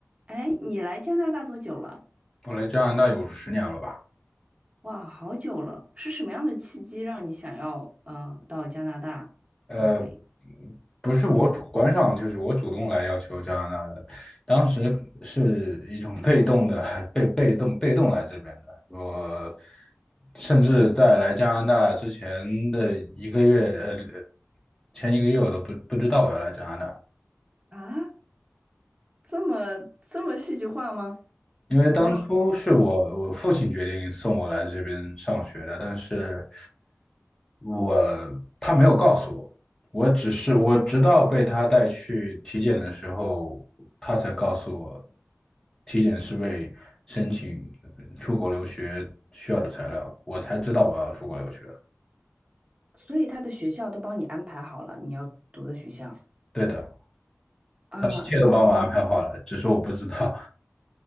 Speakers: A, on the right; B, on the left.
A: 哎，你来加拿大多久了？
B: 我来加拿大有十年了吧？
A: 哇，好久了！是什么样的契机让你想要呃到加拿大来？
B: 呃，不是我主观上，
A: 嗯
B: 就是我主动来要求加拿大的。当时是一种被动的，被被动被动来这边的。我甚至在来加拿大之前的一个月，呃，前一个月我都不不知道我要来加拿大。
A: 啊，这么这么戏剧化吗？
B: 因为当初是我我父亲决定送我来这边上学的，
A: 你没有，
B: 但是我他没有告诉我，我只是我直到被他带去体检的时候，他才告诉我，体检是为申请出国留学需要的材料，我才知道我要出国留学。
A: 所以他的学校都帮你安排好了，你要读的学校
B: 对的，
A: 啊，
B: 一切都帮我安排好了，
A: 是高中吗？
B: 只是我不知道。